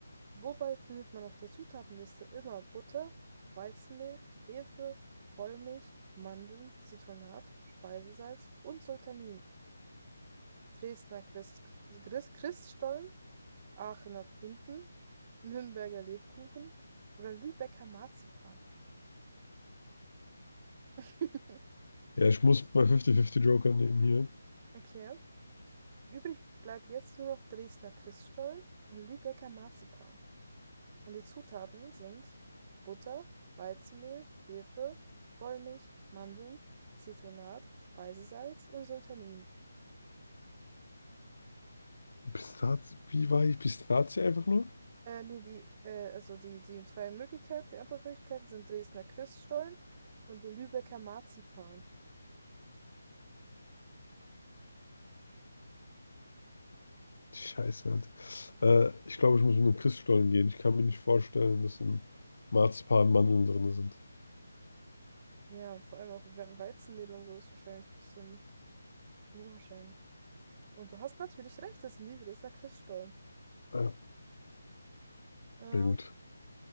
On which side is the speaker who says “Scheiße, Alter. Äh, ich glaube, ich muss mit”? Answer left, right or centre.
Left